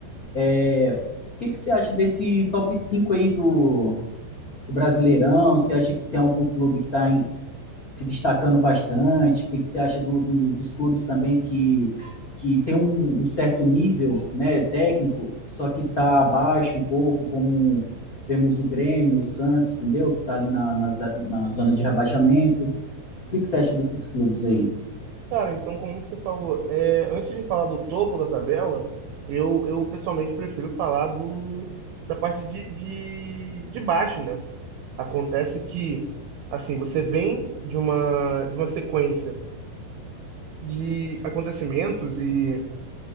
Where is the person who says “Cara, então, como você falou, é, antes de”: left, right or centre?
Right